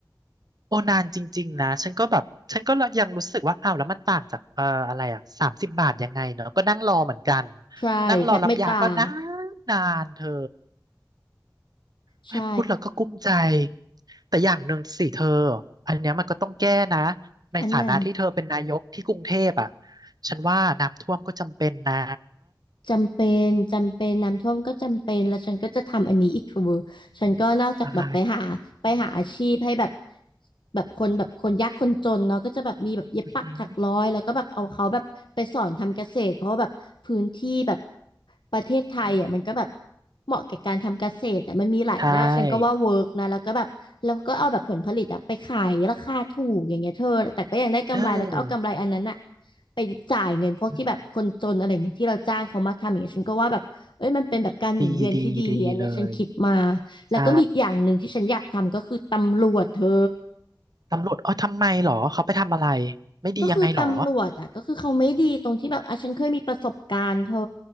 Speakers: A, on the right (about 55°); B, on the left (about 90°).
A: โอนานจริงๆนะฉันก็แบบฉันก็ยังรู้สึกว่าอ้าวแล้วมันต่างจากเอ่ออะไรอ่ะสามสิบบาทยังไงเนอะก็นั่งรอเหมือนกัน
B: ใช่แทบไม่ต่าง
A: นั่งรอรับยาก็นานนานเธอ แม่พูดแล้วก็กุ้มใจ
B: ใช่
A: แต่อย่างหนึ่งสิเธอ อันเนี้ยมันก็ต้องแก้นะ ในฐานะที่เธอเป็นนายกที่กรุงเทพอ่ะ
B: อันไหน
A: ฉันว่าน้ำท่วมก็จำเป็นนะ
B: จำเป็นจำเป็นน้ำท่วมก็จำเป็นแล้วฉันก็จะทำอันนี้อีกเธอ ฉันก็นอกจากแบบไปหาไปหาอาชีพให้แบบ
A: อะไร
B: แบบคนแบบคนยากคนจนเนาะก็จะแบบมีแบบเย็บปักถักร้อยแล้วก็แบบเอาเขาแบบไปสอนทำเกษตรเพราะว่าแบบพื้นที่แบบ
A: อือหือ
B: ประเทศไทยอ่ะมันก็แบบ
A: อืม
B: เหมาะแก่การทำเกษตรแต่มันมีหลายหน้าฉันก็ว่าเวิร์กนะแล้วก็แบบแล้วก็เอาแบบผลผลิตอะไปขายราคาถูกอย่างเงี้ยเธอแต่ก็ยังได้กำไรแล้วก็เอากำไรอันนั้นอะ
A: ใช่เออ
B: ไปจ่ายเงินพวกที่แบบคนจนอะไรอย่างเงี้ยที่เราจ้างเขามาทำอย่างเงี้ยฉันก็ว่าแบบเอ้ยมันเป็นแบบการหมุนเวียนที่ดีอันเนี้ยฉันคิดมา
A: อืมดีดีดีเลย
B: แล้วก็มีอีกอย่างหนึ่งที่ฉันอยากทำก็คือตำรวจเธอ
A: ใช่ ตำรวจเอ๋อทำไมเหรอ เขาไปทำอะไร ไม่ดียังไงเหรอ
B: ก็คือตำรวจอ่ะก็คือเขาไม่ดีตรงที่แบบอ่ะฉันเคยมีประสบการณ์เธอ